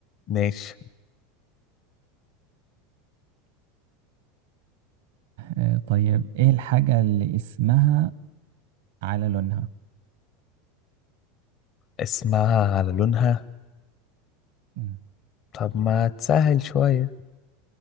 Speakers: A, on the left; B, on the right.
A: ماشي
B: آه طيب إيه الحاجة اللي اسمها على لونها
A: اسمها على لونها
B: مم.
A: طب ما تسهل شوية